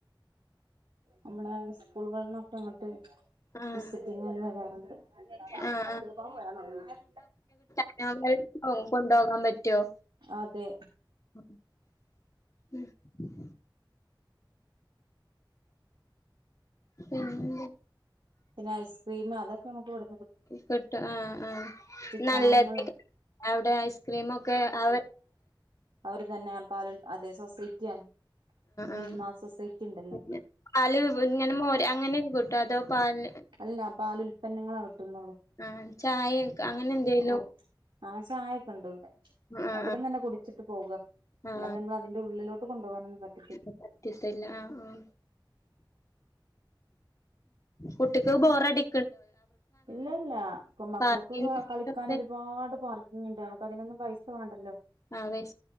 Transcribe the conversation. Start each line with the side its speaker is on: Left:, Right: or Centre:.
Right: നമ്മള സ്കൂളുകളിനൊക്കെ ങ്ങട്ട്
Left: ആഹ്
Right: വിസിറ്റിഗിന് വരാറുണ്ട്
Left: ആഹ്
Right: പച്ചളി പാമ്പ് വരാൻ തുടങ്ങീണ്
Left: <unintelligible> കൊണ്ടുപോകാൻ പറ്റുവോ?
Right: അതെ
Left: <inaudible> പിന്നെ
Right: പിന്നെ ഐസ്ക്രീം അതൊക്കെ നമുക്ക് ഇവിട
Left: കിട്ടു ആഹ ആഹ നല്ല
Right: സാധനങ്ങള്
Left: അവിടെ ഐസ്ക്രീമ ഒക്കെ അവ
Right: അവർ തന്നെ പാല അതെ സൊസൈറ്റിയണ്. മിൽമാ
Left: ആഹ്
Right: സൊസൈറ്റി ഉണ്ടല്ലോ
Left: പിന്നെ പാല് ഇങ്ങനെ മോര് അങ്ങനെ കൂട്ടോ അതോ പാല്
Right: അല്ല പാല് ഉല്പന്നങ്ങള കിട്ടുന്നുള്ളൂ.
Left: ആ ചായ അങ്ങനെ എന്തേലും
Right: ഓ ആ ചായൊക്കുണ്ട് ഇവിടെ
Left: ആഹ്
Right: അവിടന്ന്
Left: ആഹ്
Right: തന്നെ കുടിച്ചിട്ട് പോവുക
Left: ആഹ്
Right: അല്ല നമ്മള് അതിന്റെ ഉള്ളിലോട്ട് കൊണ്ടുപോകാനെന്നു പറ്റി
Left: <unintelligible> ആഹ് ആഹ കുട്ടിക്ക് ബോറടി
Right: ഇല്ലല്ല ഇപ്പ മക്കൾക്ക്
Left: പാർക്കിങ്ങൊക്കെ
Right: കളിക്കാന ഒരുപാട് പാർക്ക് ഇണ്ട് നമുക്ക് അതിനൊന്നും പൈസ വേണ്ടല്ലോ
Left: ആഹ് പൈസ